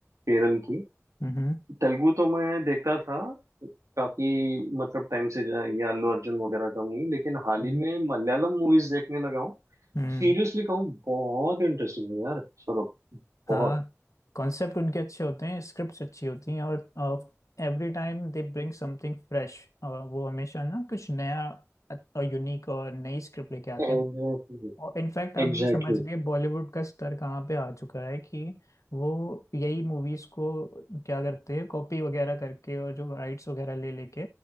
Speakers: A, on the right; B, on the left.
A: केरल की
B: हम्म
A: तेलुगु तो मैं देखता था काफी मतलब टाइम से जा- ये अल्लू अर्जुन वगैरह का मूवी लेकिन हाल
B: हम्म
A: ही में मलयालम मूवीज देखने लगा हूँ
B: हम्म
A: सीरियसली कहूँ बहुत इंटरेस्टिंग है यार सौरभ बहुत
B: हाँ कॉन्सेप्ट उनके अच्छे होते हैं स्क्रिप्ट्स अच्छी होती हैं और every time they bring something fresh वो हमेशा ना कुछ नया यूनिक और नई स्क्रिप्ट लेके आते
A: एग्जैक्टली
B: हैं और इनफैक्ट आप
A: एग्जैक्टली
B: ये समझ लिए बॉलीवुड का स्तर कहाँ पे आ चुका है कि वो यही मूवीज को क्या करते हैं कॉपी वगैरह करके और जो राइट्स वगैरह ले लेके